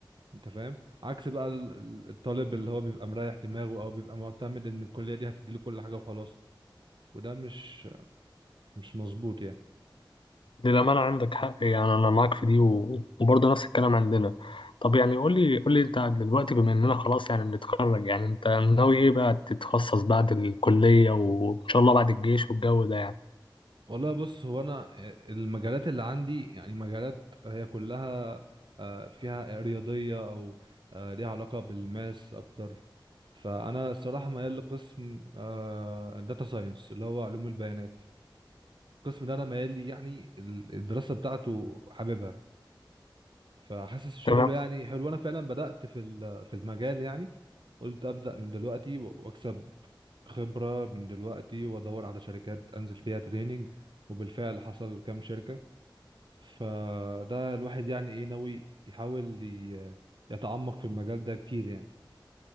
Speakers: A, on the right; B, on the left.
A: انت فاهم عكس بقى ال- ال- الطالب اللي هو بيبقى مريح دماغه او بيبقى معتمد ان الكليه دي هتديله كل حاجه وخلاص وده مش مش مظبوط يعني
B: للأمانة عندك حق يعني أنا معاك في دي و... وبرضه نفس الكلام عندنا طب يعني قول لي قول لي أنت دلوقتي بما إننا خلاص يعني بنتخرج يعني أنت ناوي إيه بقى تتخصص بعد الكلية وإن شاء الله بعد الجيش والجو ده يعني
A: والله بص هو انا المجالات اللي عندي يعني مجالات هي كلها آه، فيها رياضيه او آه، ليها علاقه بالماس اكتر فانا الصراحه ميال لقسم داتا ساينس اللي هو علوم البيانات القسم ده انا ميال لي يعني ال- الدراسه بتاعته حاببها فحاسس شغله
B: تمام
A: يعني حلو انا فعلا بدأت في ال- في المجال يعني قلت أبدأ من دلوقتي و- واكسب خبرة من دلوقتي وادور على شركات انزل فيها تريننج وبالفعل حصل كام شركة فده الواحد يعني ايه ناوي يحاول ي- يتعمق في المجال ده كتير يعني